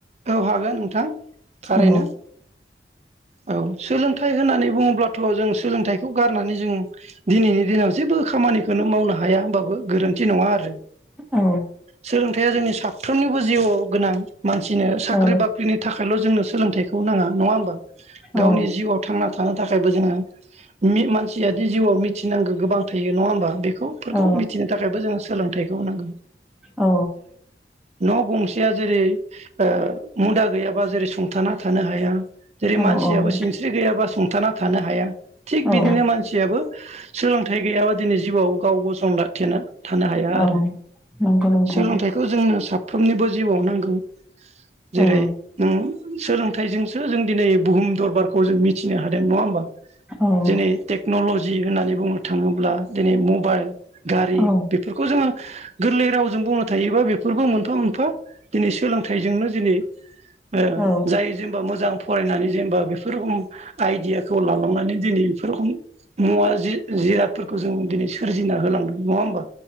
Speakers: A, on the right; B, in the centre.
A: औ हागोन नो थां थारैनो।
B: औ
A: औ सोलोंथाइ होननानै बुङोब्लाथ' जों सोलोंथाइखौ गारनानै जों दिनैनि दिनाव जेबो खामानिखौनो मावनो हाया होनबाबो गोरोन्थि नङा आरो।
B: औ
A: सोलोंथाइया जोंनि साफ फ्रोमनिबो जिउआव गोनां मान। थिनो साख्रि
B: औ
A: बाख्रिनि थाखायल' जोंनो। सोलोंथाइखौ नाङा नङा होमबा।
B: औ
A: गावनि जिउआव थांना था थानो थाखायबो जोङो मि-मानसिया जिउआव मिनांगो गोबां थायो नङा होमबा बे खौ फोरखौ
B: औ
A: मिथिनो थाखायबो जों सोलोंथाइ‌ खौ नांगो।
B: औ
A: न' गंसेया जेरै। ओ मुदा गैयाबा जेरै सुंथाना थानो हाया। जेरै
B: औ
A: मानसियाबो
B: औ
A: सिनस्रि गैयाबा सुंथाना थानो हाया। थिग
B: औ
A: बिदिनो मानसियाबो सोलोंथाइ गैयाबा दिनै जिउआव गाव गसं ला थेना। थानो हाया
B: औ
A: आरो
B: नंगौ नोंथां
A: सोलोंथाइखौ जोंनो साफ्रोम फ्रोमनिबो जिउआव नांगौ। जेरै
B: औ
A: नों। सोलोंथाइजोंसो जों दिनै बुहुम दरबारखौ जों मिथिनो हादों नङा होमबा।
B: औ
A: जनै टेक्नलजि। होननानै बुंनो थाङोब्ला दिनै मबाइल गारि
B: औ
A: बेफोरखौ जोङो गोरलै रावजों बुंनो थाङोबा बेफोरबो मोनफा मोनफा दिनै सोलों थाइजोंनो दिनै ओ
B: औ
A: जाय जेनोबा मोजां फरायनानै जेनोबा बेफोर रोखोम आइदियाखौ लालांनानै दिनै बेफोर रोखोम मुवा जिरादफोरखौ जों दिनै सोरजिना होलांदों नङा होमबा।